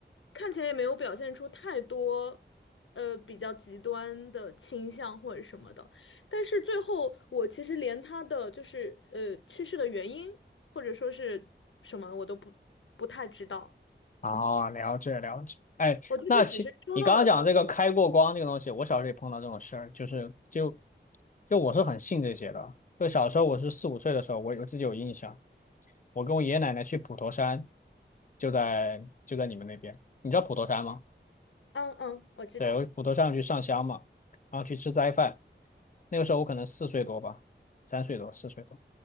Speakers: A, on the left (about 85°); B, on the left (about 40°).
A: 看起来也没有表现出太多呃比较极端的倾向或者什么的。但是最后，我其实连他的就是呃去世的原因或者说是什么，我都不不太知道。
B: 哦，了解了解。哎，
A: 我就是只是收到了他的
B: 那其你刚刚讲这个开过光这个东西，我小时候也碰到这种事儿，就是就就我是很信这些的。就小时候我是四五岁的时候，我有自己有印象，我跟我爷爷奶奶去普陀山，就在就在你们那边。你知道普陀山吗？
A: 嗯嗯，我知道，
B: 对，我骨头上去上香嘛，然后去吃斋饭。那个时候我可能四岁多吧，三岁多，四岁多。